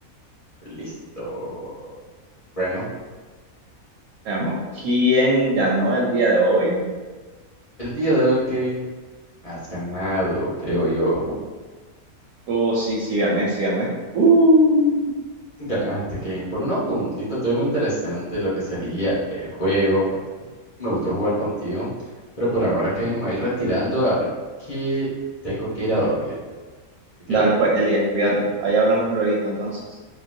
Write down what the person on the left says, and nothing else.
Listo. Bueno,
el día de hoy, Kevin, has ganado, creo yo.
Ganaste, Kevin, por unos puntitos. Estuvo muy interesante lo que sería el juego. Pues me gustó jugar contigo. Pero por ahora, Kevin, me voy retirando a ver que tengo que ir a dormir. ¿Ok?